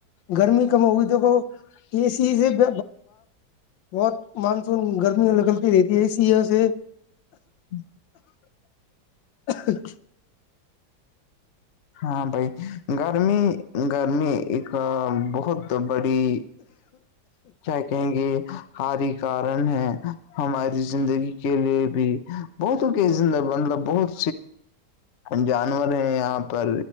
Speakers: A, on the left (about 85°); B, on the left (about 55°).
A: گرمی کم ہوگی تو کو اسی سے ب بہت مانسون گرمی نکلتی رہتی ہے اسی وہ سے
B: ہاں
A: اچ
B: ہاں بائی گرمی گرمی ایک بہت بڑی کیا کہیں گے ہاری کارن ہے ہماری زندگی کے لیے بھی بہتوں کے زند مطلب بہت جانور ہیں یہاں پر